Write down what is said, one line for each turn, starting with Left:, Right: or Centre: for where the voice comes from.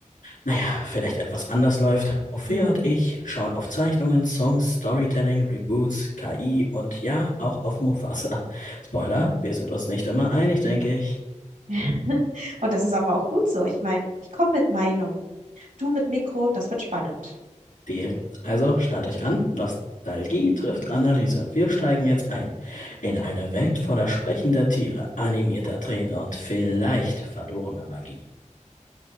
Left: naja, vielleicht etwas anders läuft. Ophäa
Right: Hm.
Left: und ich schauen auf Zeichnungen, Songs, Storytelling, Reboots, KI und ja, auch auf Mufasa. Spoiler, wir sind uns nicht immer einig, denke ich.
Right: <laughs> Und das ist aber auch gut so. Ich meine, ich komme mit Meinung. Du mit Mikro, das wird spannend.
Left: Deal. Also schnallt euch an, Nostalgie trifft Analyse. Wir steigen jetzt ein in eine Welt voller sprechender Tiere, animierter Tränen und vielleicht verlorener Magie.